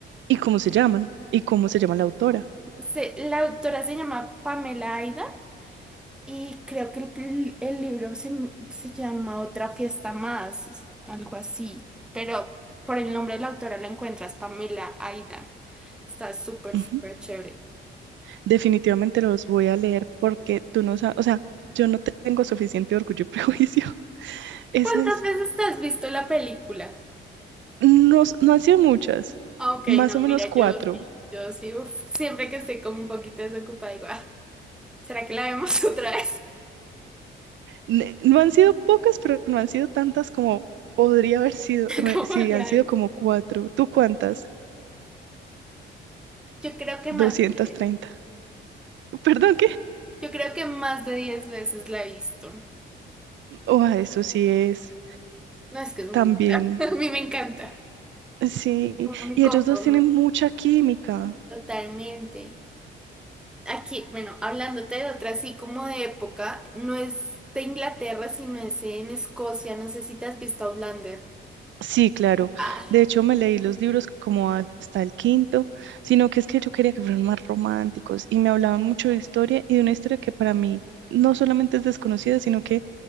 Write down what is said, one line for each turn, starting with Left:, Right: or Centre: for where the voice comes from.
Right: ¿Y cómo se llaman? ¿Y cómo se llama la autora?
Centre: Se- la autora se llama Pamela Aida Y creo que el, pl- el libro se, m- se llama Otra fiesta más, algo así. Pero por el nombre de la autora la encuentras, Pamela Aidan. Está súper,
Right: Ujú.
Centre: súper chévere.
Right: Definitivamente los voy a leer porque tú no sabes, o sea, yo no tengo suficiente orgullo y prejuicio. <laughs> Esa
Centre: ¿Cuántas
Right: es,
Centre: veces te has visto la película?
Right: no, s- no han sido muchas,
Centre: Ah, Ok,
Right: más
Centre: no,
Right: o menos
Centre: mira,
Right: cuatro.
Centre: yo sí, yo sí, uf, siempre que estoy como un poquito desocupada, digo, "Ah, ¿será que la vemos <laughs> otra vez?
Right: Ne- No han sido pocas, pero no han sido tantas como podría haber sido,
Centre: <laughs>
Right: me-
Centre: Como
Right: sí,
Centre: Mariana.
Right: han sido como cuatro. ¿Tú cuántas?
Centre: Yo creo que
Right: doscientos
Centre: más de 10.
Right: treinta. <laughs> Perdón,
Centre: Yo creo que más de 10 veces la he visto.
Right: Oh, eso sí es
Centre: No, es que es muy
Right: también.
Centre: buena. <laughs> A mí me encanta.
Right: Sí,
Centre: Como mi
Right: y
Centre: confort
Right: ellos dos tienen mucha química.
Centre: Totalmente. Aquí, bueno, hablándote de otra así como de época, no es de Inglaterra, sino es en Escocia. No sé si te has visto Outlander.
Right: Sí, claro.
Centre: Ah,
Right: De hecho, me leí los libros como hasta el quinto, sino que es que yo quería que fueran más románticos y me hablaban mucho de historia y de una historia que para mí no solamente es desconocida, sino que